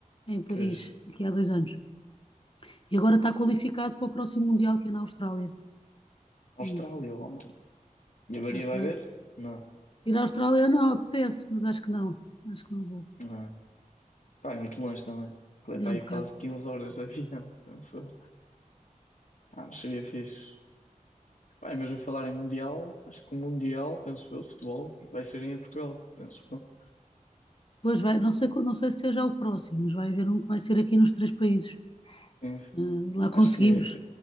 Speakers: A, on the left (about 40°); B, on the left (about 70°).
A: em Paris,
B: Pois.
A: aqui há dois anos. E agora está qualificado para o próximo Mundial, que é na Austrália. Hum,
B: Austrália, ó. E a Maria
A: à Austrália.
B: vai ver? Não.
A: Ir à Austrália não apetece, mas acho que não. Acho que não vou.
B: Não. é. Pá, é muito longe também. É para
A: É um
B: aí
A: bocado.
B: quase 15 horas de avião, <laughs> penso eu. Ah, mas seria fixe. Pá, e mesmo falar em Mundial, acho que o Mundial, penso eu, de futebol, vai ser em Portugal, penso eu.
A: Pois vai, não sei, qual- não sei se seja o próximo, mas vai haver um que vai ser aqui nos três países.
B: Sim, sim.
A: Ah, lá conseguimos.
B: Acho que é